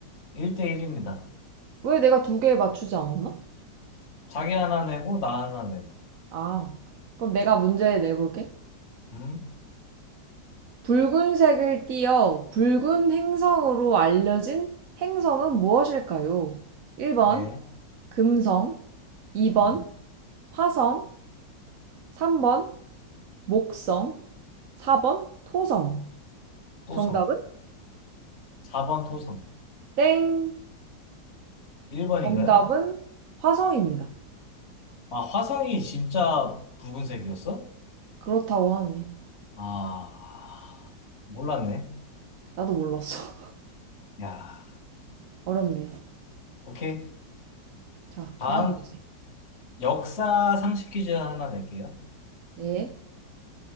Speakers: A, on the left (about 40°); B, on the right (about 55°).
A: 1대1입니다.
B: 왜 내가 두 개 맞추지 않았나?
A: 자기 하나 내고, 나 하나 내고.
B: 아, 그럼 내가 문제 내볼게.
A: 음?
B: 붉은색을 띄어 붉은 행성으로 알려진 행성은 무엇일까요? 1번
A: 예.
B: 금성, 2번
A: 음?
B: 화성, 3번 목성, 4번 토성.
A: 토성.
B: 정답은?
A: 4번 토성.
B: 땡.
A: 1번인가요?
B: 정답은 화성입니다.
A: 아, 화성이 진짜 붉은색이었어?
B: 그렇다고 하네.
A: 아, 몰랐네.
B: 나도 몰랐어.
A: 야,
B: <laughs> 어렵네.
A: 오케이.
B: 자,
A: 다음,
B: 다음 문제.
A: 역사 상식 퀴즈 하나 낼게요.
B: 예.